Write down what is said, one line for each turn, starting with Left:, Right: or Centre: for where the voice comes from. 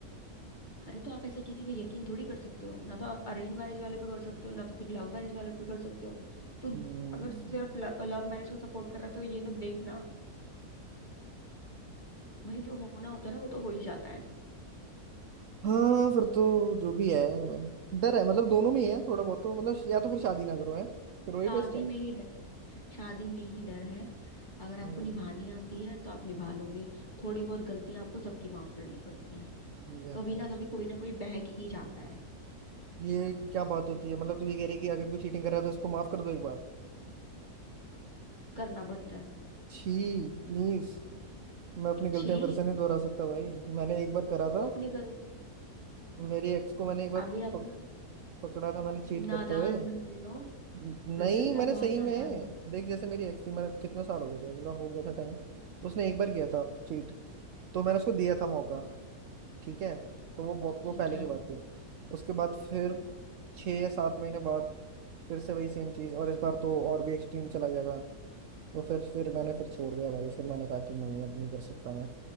Left: अरे तो आप ऐसे किसी पे यकीन थोड़ी कर सकते हो ना तो आप अरेंज मैरिज वाले पे कर सकते हो ना तो फिर लव मैरिज वाले पे कर सकते हो तो
Right: हम्म
Left: अगर सिर्फ लव मैरिज को सपोर्ट कर रहा था तो ये सब देखना भाई जो होना होता है ना वो तो हो ही जाता है
Right: हाँ फिर तो जो भी है डर है मतलब दोनों में ही है थोड़ा बहुत तो मतलब या तो फिर शादी ना करो है फिर वही
Left: शादी
Right: बेस्ट है
Left: में ही डर शादी में ही डर है अगर आपको
Right: हम्म
Left: निभानी आती है तो आप निभा लोगे थोड़ी बहुत गलतियां आपको सबकी माफ करनी पड़ती हैं
Right: यार
Left: कभी ना कभी कोई ना कोई बहक ही जाता है
Right: ये क्या बात होती है मतलब तू ये कह रही है कि अगर कोई चीटिंग कर रहा है तो उसको माफ कर दो एक बार
Left: करना पड़ता है
Right: छी प्लीज मैं अपनी गलतियां
Left: छी
Right: फिर से नहीं दोहरा सकता भाई मैंने एक बार करा
Left: तू
Right: था
Left: अपनी गलती
Right: मेरी एक्स को मैंने एक बार
Left: अभी
Right: पक,
Left: अपना
Right: पकड़ा था मैंने चीट
Left: नादान
Right: करते हुए
Left: बन रहे हो
Right: न-
Left: बेबी
Right: नहीं
Left: अभी
Right: मैंने
Left: आप
Right: सही
Left: बहुत
Right: में
Left: नादान
Right: देख जैसे मेरी एक्स थी मेरा कितना साल हो गया था मेरा हो गया था टाइम तो उसने एक बार किया था चीट तो मैंने उसको दिया था मौका
Left: बन-
Right: ठीक है तो वो बहुत-
Left: ठीक
Right: वो पहले
Left: है
Right: की बात थी उसके बाद फिर
Left: हम्म।
Right: छः या सात महीने बाद फिर से वही सेम चीज़ और इस बार तो और भी एक्सट्रीम चला गया था तो फिर फिर मैंने फिर छोड़ दिया भाई फिर मैंने कहा कि नहीं अब नहीं कर सकता मैं